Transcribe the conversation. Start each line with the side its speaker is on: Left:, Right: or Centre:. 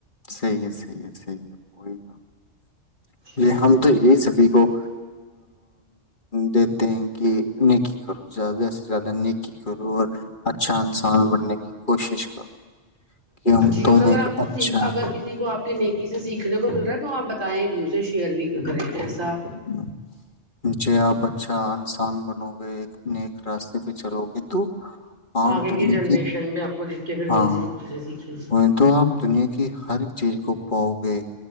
Left: صحیح ہے صحیح ہے صحیح ہے وہی تو
Right: ہے
Left: یہ ہم تو یہی سبھی کو دیتے ہیں کہ نیکی کرو زیادہ سے زیادہ نیکی کرو اور اچھا انسان بننے کی کوشش کرو کہ ہم
Right: جی
Left: تم
Right: اور اگر
Left: ایک
Right: آپ کو
Left: اچھا
Right: سیکھ اگر کسی کو آپ کی نیکی سے سیکھنے کو مل رہا ہے تو آپ بتائیں بھی اسے شیئر بھی کریں ایسا
Left: <inaudible> اچھا انسان بنو گے نیک راستے پہ چلو گے تو آپ
Right: اگے
Left: دنیا
Right: کی جنریشن میں اپ کو دیکھ کے پھر
Left: ہاں
Right: وہی سی گی
Left: وہ تو آپ دنیا کی ہر ایک چیز کو پاؤ گے